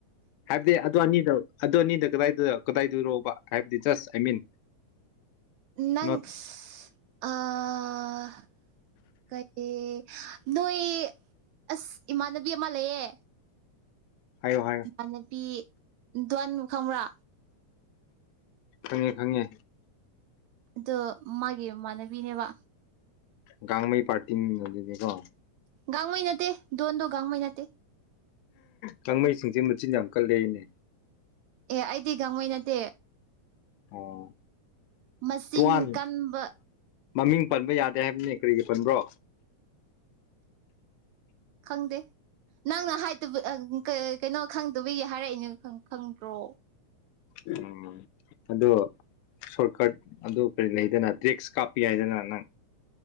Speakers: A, on the left; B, on the right.
A: ꯍꯥꯏꯕꯗꯤ ꯑꯗꯨ ꯑꯅꯤꯗꯣ ꯑꯗꯣ ꯑꯅꯤꯗ ꯀꯗꯥꯏꯗ ꯀꯗꯥꯏꯗꯔꯣꯕ ꯍꯥꯏꯕꯗꯤ ꯖꯁ ꯑꯥꯏ ꯃꯤꯟ
B: ꯅꯪ
A: ꯅꯣꯠ
B: ꯏꯁ ꯑꯩ ꯀꯩ ꯅꯣꯢ ꯑꯁ ꯏꯃꯥꯟꯅꯕꯤ ꯑꯃ ꯂꯩꯌꯦ
A: ꯍꯥꯏꯌꯣ ꯍꯥꯏ
B: ꯏꯃꯥꯟꯅꯄꯤ ꯗꯣꯟꯗꯨ ꯈꯪꯕ꯭ꯔꯥ
A: ꯈꯪꯉꯦ ꯈꯪꯉꯦ
B: ꯑꯗꯣ ꯃꯥꯒꯤ ꯃꯃꯥꯟꯅꯕꯤꯅꯦꯕ
A: ꯒꯥꯡꯃꯩ ꯄꯔꯇꯤ ꯅꯤꯅꯦ ꯑꯗꯨꯗꯤ ꯀꯣ
B: ꯒꯥꯡꯃꯩ ꯅꯠꯇꯦ ꯗꯣꯟꯗꯣ ꯒꯥꯡꯃꯩ ꯅꯠꯇꯦ
A: ꯒꯥꯡꯃꯩꯁꯤꯡꯁꯦ ꯃꯆꯤꯟ ꯌꯥꯝ ꯀꯜꯂꯦꯅꯦ
B: ꯑꯦ ꯑꯩꯗꯤ ꯒꯥꯡꯃꯩ ꯅꯠꯇꯦ
A: ꯑꯣ
B: ꯃꯆꯤꯟ
A: ꯇꯨꯋꯥꯟ
B: ꯀꯟꯕ
A: ꯃꯃꯤꯡ ꯄꯟꯕ ꯌꯥꯗꯦ ꯍꯥꯏꯕꯅꯤ ꯀꯔꯤꯒꯤ ꯄꯟꯕ꯭ꯔꯣ
B: ꯈꯪꯗꯦ ꯅꯪꯅ ꯍꯥꯏꯗꯕ ꯀꯩꯅꯣ ꯈꯪꯗꯕꯒꯤ ꯍꯥꯏꯔꯛꯏꯅꯦ ꯈꯪꯗ꯭ꯔꯣ
A: ꯎꯝ ꯑꯗꯣ ꯁꯣꯔꯠꯀꯠ ꯑꯗꯨ ꯀꯔꯤ ꯂꯩꯗꯅ ꯗꯔꯤꯛꯁ ꯀꯥꯞꯄ ꯌꯥꯏꯗꯅ ꯅꯪ